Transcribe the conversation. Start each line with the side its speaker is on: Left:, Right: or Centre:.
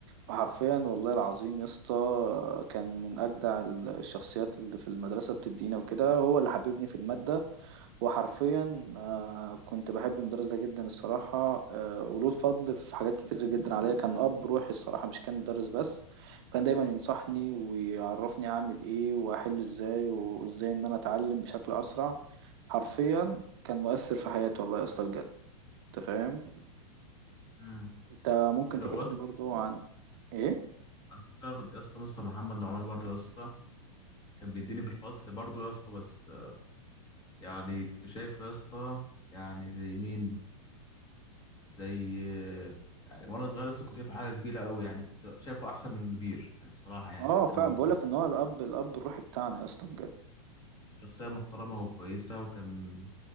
Right: وحرفيا والله العظيم يا اسطى كان من اجدع الشخصيات اللي في المدرسه بتدينا وكده هو اللي حببني في الماده وحرفيا آه، كنت بحب المدرس ده جدا الصراحة آه، وله الفضل في حاجات كتير جدا عليا كان أب روحي الصراحة مش كان مدرس بس كان دايما ينصحني ويعرفني أعمل إيه وأحل إزاي وإزاي إن أنا أتعلم بشكل أسرع حرفيا كان مؤثر في حياتي والله يا اسطى بجد أنت فاهم
Left: امم
Right: أنت ممكن
Left: حلو
Right: تكلمني
Left: هو يا اسطى
Right: برضو عن إيه؟
Left: على فكرة يا اسطى مستر محمد نعمان برضه يا اسطى كان بيديني في الفصل برضه يا اسطى بس آه، يعني كنت شايفه يا اسطى يعني زي مين زي آه، يعني وانا صغير لسه كنت شايفه حاجه كبيره قوي يعني كنت شايفه احسن من المدير يعني الصراحه يعني
Right: آه فعلا
Left: كان
Right: بقولك
Left: شخص
Right: إن هو الأب الأب الروحي بتاعنا يا اسطى بجد
Left: شخصيه محترمه وكويسه وكان